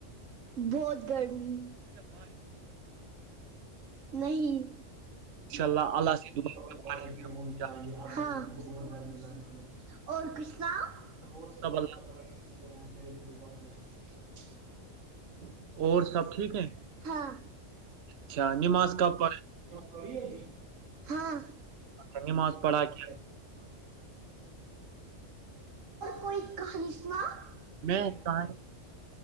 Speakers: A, on the right (about 80°); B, on the right (about 60°).
A: بہت گرمی
B: اچھا باہر،
A: نہیں
B: انشاء اللہ
A: ہاں
B: اللہ سے دعا کیا،
A: اور کچھ
B: سب
A: سناؤ
B: اللہ اور
A: سب
B: ٹھیک
A: ہے ہاں
B: اچھا نماز کب
A: تھوڑی ہاں
B: پڑھا نماز
A: م اور
B: پڑھا کے
A: کوئی کہانی سنا
B: میں
A: میںا
B: کہاں